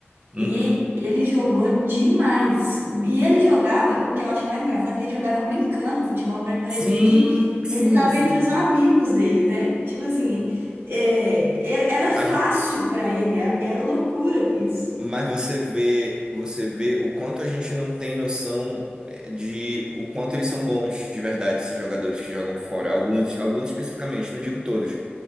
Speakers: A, on the right; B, on the right.
A: Uhum.
B: E ele jogou demais. E
A: Pô.
B: ele jogava, o que eu acho mais engraçado, é que ele jogava brincando futebol, para ele parecer
A: Sim,
B: que
A: sim,
B: ele estava
A: sim.
B: entre os amigos dele, né? Tipo assim, é, era era fácil
A: A gen-
B: para ele, era era loucura isso.
A: mas você vê, você vê o quanto a gente não tem noção eh, de o quanto eles são bons de verdade, esses jogadores que jogam fora. Alguns, alguns especificamente, não digo todos.